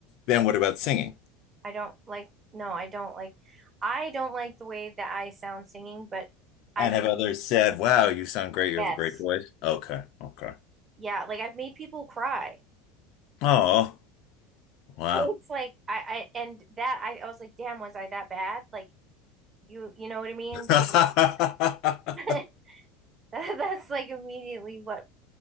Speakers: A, on the left; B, on the right.
A: Then what about singing?
B: I don't like, no, I don't like, I don't like the way that I sound singing, but I've,
A: And have others said, Wow, you sound great. You
B: yes,
A: have a great voice. Okay, okay.
B: yeah, like I've made people cry.
A: Oh, wow.
B: So it's like, I, I, and that, I, I was like, damn, was I that bad? Like, you, you know what I mean?
A: <laughs>
B: <laughs> That's like immediately what,